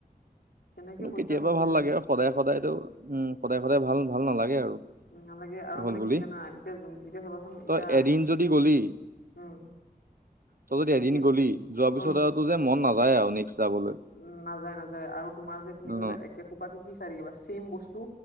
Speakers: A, on the left (about 90°); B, on the right (about 65°).
A: কেনেকে
B: কিন্তু
A: পইচা
B: কেতিয়াবা
A: গুচি
B: ভাল
A: যায়
B: লাগে আৰু সদায় সদায়তো উম সদায় সদায় ভাল ভাল নালাগে আৰু।
A: উ নালাগে আৰু
B: হ'ল
A: মানে
B: বুলি
A: কি জানা এতিয়া এতিয়া চাবাচোন
B: তই
A: এতিয়া আমি
B: এদিন যদি গলি
A: উম
B: তই যদি
A: এতিয়া
B: এদিন গ'লি যোৱাৰ পিছত
A: উম
B: আৰু তোৰ যে মন নাযায় আৰু নেক্সট যাবলৈ।
A: উ নাযায় নাযায় আৰু তোমাৰ যে তুমি
B: অ
A: ধৰি লোৱা একে সোপাকে কি চাই থাকিবা ছেম বস্তু